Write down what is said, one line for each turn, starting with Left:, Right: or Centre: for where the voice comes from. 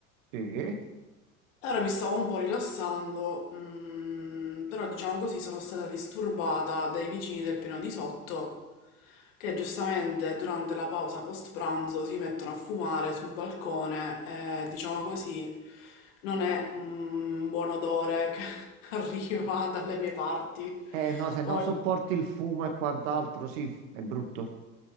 Right: Sì.
Left: Allora mi stavo un po' rilassando, mm, però diciamo così sono stata disturbata dai vicini del piano di sotto che giustamente durante la pausa post pranzo si mettono a fumare sul balcone e diciamo così non è un buon odore che <laughs> arriva dalle mie parti.
Right: Eh no, se
Left: Poi
Right: non sopporti il fumo e quant'altro, sì, è brutto.